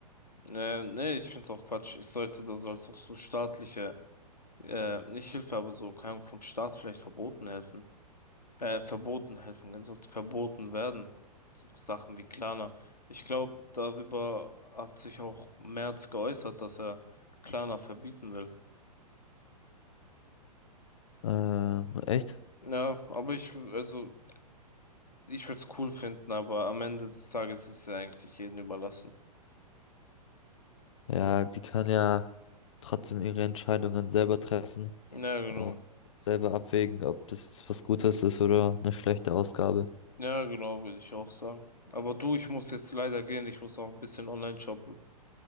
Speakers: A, on the left (about 80°); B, on the left (about 50°).
A: Äh, nee, ich find's auch Quatsch. Ich sollte, da soll's auch so staatliche, äh, nicht Hilfe, aber so, keine Ahnung, vom Staat vielleicht verboten helfen. äh, verboten, helfen ganz oft verboten werden. So Sachen wie Klarna. Ich glaube, darüber hat sich auch Merz geäußert, dass er Klarna verbieten will.
B: Ähm, echt?
A: Ja, aber ich, also, ich würde es cool finden, aber am Ende des Tages ist es ja eigentlich jedem überlassen.
B: Ja, die kann ja trotzdem ihre Entscheidungen selber treffen
A: Ja, genau.
B: und selber abwägen, ob das jetzt was Gutes ist oder eine schlechte Ausgabe.
A: Ja, genau, würde ich auch sagen. Aber du, ich muss jetzt leider gehen, ich muss auch ein bisschen online shoppen.